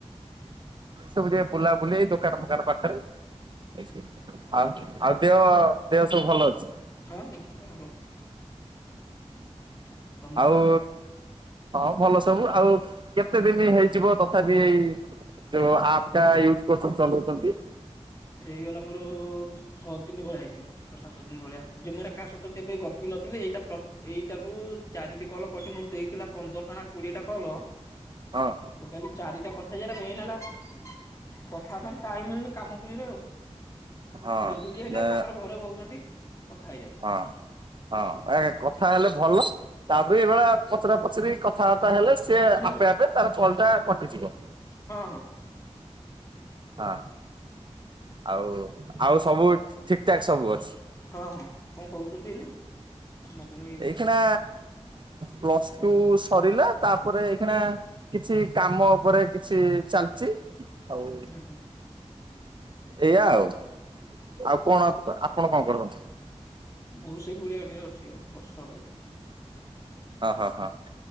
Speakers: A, on the left (about 30°); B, on the right (about 45°).
A: ହୁଁ ହୁଁ।
B: ସବୁ ଟିକେ ବୁଲା ବୁଲି ଦୋକାନ ଫେକାନ ପାଖରେ।
A: ହୁଁ
B: ଆଉ ଆଉ ଦେହ ଦେହ ସବୁ ଭଲ ଅଛି।
A: ହଁ ଦେହ ପା ଭଲ ଅଛି। ହଉ <unintelligible>
B: ଆଉ ହଁ ଭଲ ସବୁ ଆଉ କେତେ ଦିନ ହେଇଯିବ ତଥାପି ଇ ଯେଉ ଆପ ଟା ୟୁଜ କରୁଛନ୍ତି ଚଲଉଛନ୍ତି।
A: ହେଇଗଲା ମୋର ଛଅ ଦିନ ଭଳିଆ ହେଇଯିବ। ଛ ସାତ ଦିନ ଭଳିଆ ଯେ ଏରା କାହା ସହିତ କେବେ ଗପିନଥିଲି ଏଇଟା ଏଇଟାକୁ ଚାରିଟି କଲ କରିଛି ମୋର ଦେଇଥିଲା ପନ୍ଦରଟା ନା କୋଡିଏ ଟା କଲ।
B: ହଁ
A: ଟୋଟାଲି ଚାରିଟା କଥା ମେନ୍ ହେଲା କଥା ପାଇଁ ଟାଇମ ମିଳନି କାମ ହିରେ
B: ହଁ
A: ଲେଡିଜ ହେଲା
B: ନା
A: ତାଙ୍କର ଘରେ ବହୁଛନ୍ତି କଥା ହେଇଯାଉଛନ୍ତି।
B: ହଁ ଆ କଥା ହେଲେ ଭଲ ତାପରେ ଏଭଳି ପଚରା ପଚାରି କଥାବାର୍ତ୍ତୀ ହେଲେ ସିଏ
A: ହୁଁ
B: ଆପେ ଆପେ ତାର କଲ ଟା କଟିଯିବ।
A: ହଁ ହଁ।
B: ହଁ ଆଉ ଆଉ ସବୁ ଠିକଠାକ୍ ସବୁ ଅଛି।
A: ହଁ ହଁ କଣ କରୁଛନ୍ତି ଏଇନା। କାମ କୁମି ହୁଁ
B: ଏଇଖିଣା ପ୍ଲସ ଟୁ ସରିଲା ତାପରେ ଏଇଖିଣା କିଛି କାମ ଉପରେ କିଛି ଚାଲିଛି ଆଉ
A: ହୁଁ
B: ଏଇଆ ଆଉ ଆଉ କଣ ଆପଣ କଣ କରନ୍ତି?
A: ମୁଁ ସେଇ ଗୁଡିଆ ଗଡିଆରେ ଅଛି ଆଉ କସର ରେ।
B: ଅ ହ ହଁ